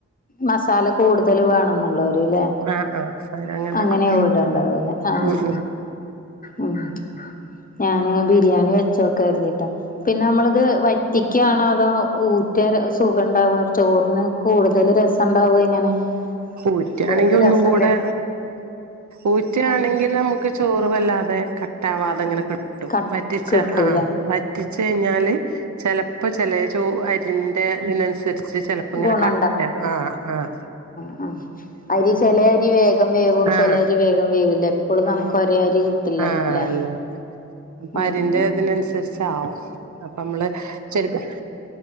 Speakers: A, on the left; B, on the right.
A: മസാല കൂടുതൽ വേണംന്നുള്ളോ ല് മതീല്ലേ
B: ആഹ് ആഹ് അവരങ്ങനെ
A: അങ്ങനെയാവു
B: ഇടും
A: ഇടെണ്ടത് ലെ ആഹ്
B: ഉം
A: ഉം ഞാന് ബിരിയാണി വെച് ച്ചോക്ക കരുതിട്ടാ, പിന്നെ നമ്മള്ത് വറ്റിക്കാണോ അതോ ഊറ്റ് <unintelligible> സുഖം ഉണ്ടാവുക ചോറിന് കൂടുതല് രസണ്ടാവ എങ്ങനെ
B: ഉറ്റാണെങ്കി
A: കുട്ടികൾക്ക്
B: ഒന്നുംകൂടെ
A: രസല്ലേ
B: ഊറ്റാണെ
A: ആഹ്
B: ങ്കിൽ നമുക്ക് ചോറ് വല്ലാതെ കട്ടാവാതെങ്ങനെ കിട്ടും.
A: ക
B: വറ്റിച്ച
A: കിട്ടൂല്ലേ
B: ആഹ് വറ്റ് റ്റിച്ചു കഴിഞ്ഞാല് ചെലപ്പോ ചേലെ ചോ അരിന്റെ തിനനുസരി ച്ച് ചെലപ്പങ്ങനെ
A: ഗുണം
B: കട്ട ആഹ് ആഹ്
A: മ്മ്ഹ് അത് ചെല അരി വേഗം വേവും
B: ആ
A: ചേലെ അരി വേഗം വേവില്ല. എപ്പളും നമുക്ക് ഒരേ അരി കിട്ടില്ലല്ലോ
B: ആഹ് ആഹ്
A: അല്ലെ
B: ല്ല അപ്പ
A: ഉം
B: അരിന്റെ
A: ഉം
B: ഇതിനനുസരിച്ച് ആവും അപ്പൊമ്മള് ശരിക്ക് -